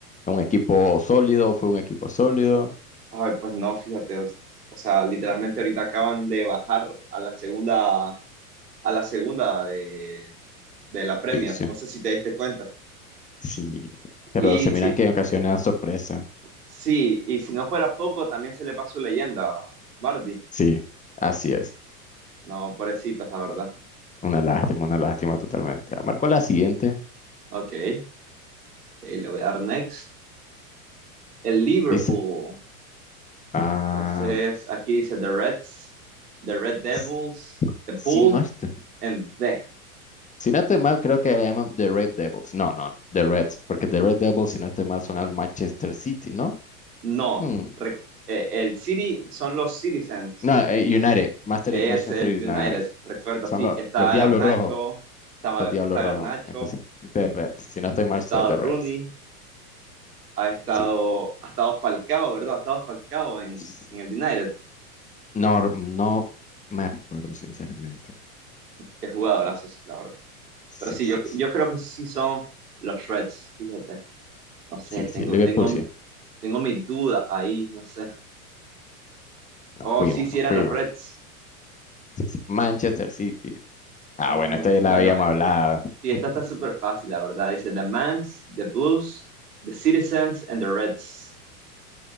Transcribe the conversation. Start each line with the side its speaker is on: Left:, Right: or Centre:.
Left: un equipo sólido? ¿Fue un equipo sólido?
Right: Ay, pues no, fíjate, o, o sea, literalmente ahorita acaban de bajar a la segunda, a la segunda de, de la Premier,
Left: División.
Right: no sé si te diste cuenta.
Left: Sí. Pero
Right: Y
Left: se miran
Right: sí,
Left: que en ocasiones dan sorpresa.
Right: sí, y si no fuera poco, también se le pasó leyenda, Bardi.
Left: Sí, así es.
Right: No, pobrecitos, la verdad.
Left: Una lástima, una lástima totalmente. Marco la siguiente.
Right: Ok, y le voy a dar next. El Liverpool.
Left: Dice, ah,
Right: Entonces, aquí dice The Reds, The Red Devils,
Left: s-
Right: The Pool,
Left: si no estoy,
Right: and The.
Left: si no estoy mal, creo que le llaman The Red Devils. No, no, The Reds, porque The Red Devils, si no estoy mal, son al Manchester City, ¿no?
Right: No,
Left: Hmm.
Right: re- eh, el City son los Citizens.
Left: No, eh, United, Master-
Right: Es
Left: Manchester
Right: el
Left: United.
Right: United, recuerdo,
Left: Son
Right: sí,
Left: los,
Right: que está
Left: los Diablos
Right: Garnacho,
Left: Rojos.
Right: estaba,
Left: Los Diablos
Right: está
Left: Rojos.
Right: Garnacho,
Left: Entonces, The Reds. Si no estoy mal,
Right: ha estado
Left: soy The
Right: Rooney,
Left: Reds.
Right: ha estado,
Left: Sí.
Right: ha estado Falcao, ¿verdad? Ha estado Falcao en,
Left: sí.
Right: en el United,
Left: No, no me recuerdo, sinceramente.
Right: que jugadorazos, la verdad.
Left: Sí,
Right: Pero sí,
Left: sí,
Right: yo,
Left: sí.
Right: yo creo que sí son los Reds, fíjate. No sé,
Left: Sí,
Right: tengo,
Left: sí. Liverpool,
Right: tengo,
Left: sí.
Right: tengo mi duda ahí, no sé.
Left: Nos
Right: Oh,
Left: fuimos,
Right: sí, sí
Left: nos
Right: eran
Left: fuimos.
Right: los Reds.
Left: Sí, sí. Manchester City. Ah,
Right: Un-
Left: bueno, esta ya la
Right: bueno,
Left: habíamos hablado.
Right: y esta
Left: <laughs>
Right: está súper fácil, la verdad. Dice The Mans, The Blues, The Citizens and The Reds.